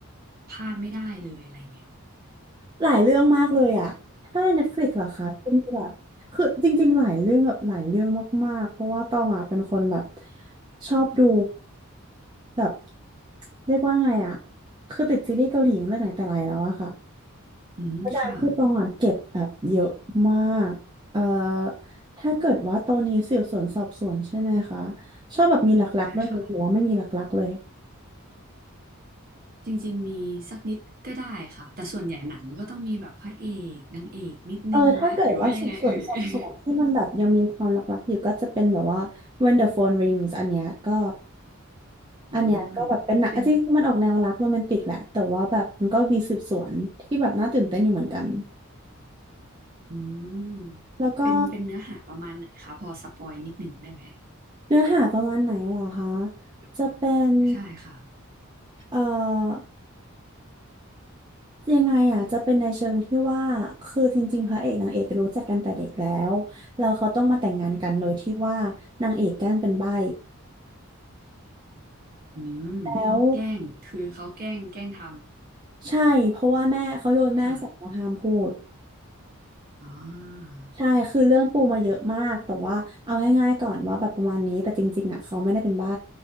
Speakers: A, on the right (about 40°); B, on the right (about 20°).
A: พลาดไม่ได้เลยอะไรเงี้ย
B: หลายเรื่องมากเลยอ่ะถ้าใน Netflix เหรอคะเป็นแบบคือจริงๆหลายเรื่องแบบหลายเรื่องมากๆเพราะว่าต้องอะเป็นคนแบบชอบดูแบบเรียกว่าไงอ่ะคือติดซีรีส์เกาหลีตั้งแต่ไหนแต่ไรแล้วอะค่ะ
A: <laughs> อืมค่ะ
B: เพราะฉะนั้นคือตองอะเก็บแบบเยอะมากเอ่อถ้าเกิดว่าตอนนี้สืบสวนสอบสวนใช่ไหมคะชอบแบบมีหลักๆด้วยไหมหรือว่าไม่มีหลักๆเลย
A: ใช่ค่ะ จริงๆ มีสักนิดก็ได้ค่ะ แต่ส่วนใหญ่หนังก็ต้องมีแบบพระเอกนางเอกนิดนึงไหมหรือว่ายังไงเอ่ย
B: เออถ้าเกิดว่าสืบสวนสอบสวนที่มันแบบยังมีความลักๆอยู่ก็จะเป็นแบบว่า
A: <laughs>
B: When the Phone Rings อันเนี้ยก็
A: อืม
B: อันเนี้ยก็แบบเป็นหนังอ่ะจริงๆมันออกแนวรักโรแมนติกแหละแต่ว่าแบบมันก็มีสืบสวนที่แบบน่าตื่นเต้นอยู่เหมือนกัน
A: เป็นอืม
B: แล้วก็
A: เป็นเป็นเนื้อหาประมาณไหนคะพอสปอยนิดนึงได้ไหม
B: เนื้อหาประมาณไหนเหรอคะจะเป็น
A: ใช่ค่ะ
B: เอ่อยังไงอ่ะจะเป็นในเชิงที่ว่าคือจริงๆพระเอกนางเอกรู้จักกันแต่เด็กแล้วแล้วเขาต้องมาแต่งงานกันโดยที่ว่านางเอกแกล้งเป็นใบ้
A: อืม
B: แล้ว
A: แกล้ง คือเขาแกล้งแกล้งท
B: ใช่เพราะว่าแม่เขาโดนแม่สั่งว่าห้ามพูด
A: ำ ค่ะอ่า
B: ใช่คือเรื่องปูมาเยอะมากแต่ว่าเอาง่ายๆก่อนว่าแบบประมาณนี้แต่จริงๆอ่ะเขาไม่ได้เป็นใบ้